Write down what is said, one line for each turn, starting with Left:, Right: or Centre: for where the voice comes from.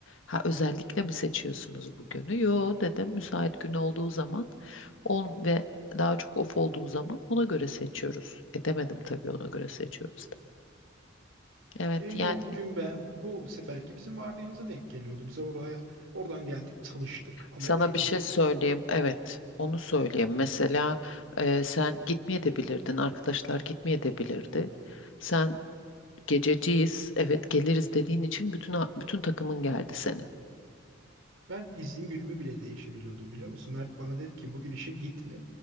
Left: Ha özellikle mi seçiyorsunuz bu günü? Yo dedim müsait gün olduğu zaman on ve daha çok off olduğu zaman ona göre seçiyoruz. E demedim tabii ona göre seçiyoruz da. Evet
Right: E,
Left: yani
Right: yo bugün ben bu seferki bizim vardiyamıza denk geliyordu. Biz oraya oradan geldik çalıştık ama
Left: sana
Right: oraya
Left: bir
Right: da gittik.
Left: şey söyleyeyim. Evet onu söyleyeyim. Mesela e, sen gitmeyebilirdin. Arkadaşlar gitmeyebilirdi. Sen gececiyiz. Evet geliriz dediğin için bütün bütün takımın geldi senin.
Right: Ben izin günümü bile değişebiliyordum biliyor musun? Mert bana dedi ki bugün işe gitme